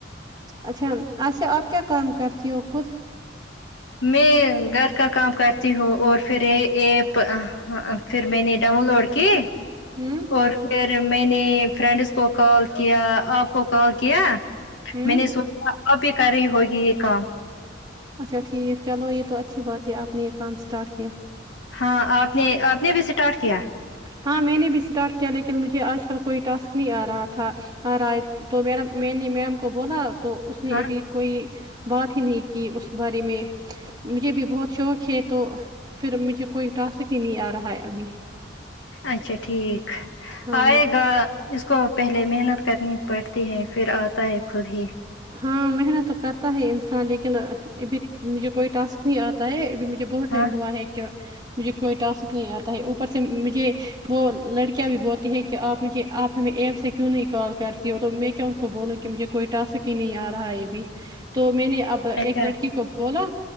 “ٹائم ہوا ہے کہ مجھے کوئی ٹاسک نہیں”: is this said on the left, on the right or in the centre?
Right